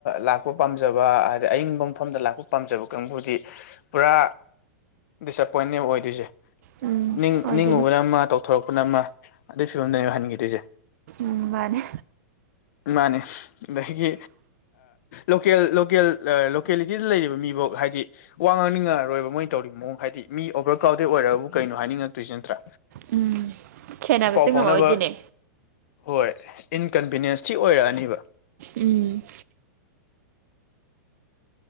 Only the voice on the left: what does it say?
ꯂꯥꯛꯄ ꯄꯥꯝꯖꯕ ꯍꯥꯏꯗꯤ ꯑꯌꯤꯡꯕ ꯃꯐꯝꯗ ꯂꯥꯛꯄ ꯄꯥꯝꯖꯕ ꯀꯥꯡꯕꯨꯗꯤ ꯄꯨꯔꯥ ꯗꯤꯁꯑꯄꯣꯏꯟꯅꯦ ꯑꯣꯏꯗꯣꯏꯁꯦ
ꯅꯤꯡ
ꯅꯤꯡꯉꯨꯕꯅ ꯑꯃ ꯇꯧꯊꯣꯔꯛꯄꯅ ꯑꯃ ꯑꯗꯨꯒꯤ ꯐꯤꯝꯗꯨꯗꯅꯦ ꯍꯟꯒꯤꯗꯣꯏꯁꯦ
ꯃꯥꯅꯦ ꯑꯗꯒꯤ ꯂꯣꯀꯦꯜ ꯂꯣꯀꯦꯜ ꯂꯣꯀꯦꯂꯤꯇꯤꯗ ꯂꯩꯔꯤꯕ ꯃꯤꯐꯥꯎ ꯍꯥꯏꯗꯤ ꯋꯥ ꯉꯥꯡꯅꯤꯡꯉꯛꯔꯣꯏꯕ ꯃꯣꯏꯅ ꯇꯧꯔꯤ ꯃꯑꯣꯡ ꯍꯥꯏꯗꯤ ꯃꯤ ꯑꯣꯚꯔ ꯀ꯭ꯔꯥꯎꯗꯦꯗ ꯑꯣꯏꯔꯒꯕꯨ ꯀꯩꯅꯣ ꯍꯥꯏꯅꯤꯡꯉꯛꯇꯣꯏꯁꯦ ꯅꯠꯇ꯭ꯔꯥ
ꯄꯥꯎ
ꯐꯥꯎꯅꯕ ꯍꯣꯏ ꯏꯟꯀꯟꯕꯤꯅꯦꯟꯁ ꯊꯤ ꯑꯣꯏꯔꯛꯑꯅꯤꯕ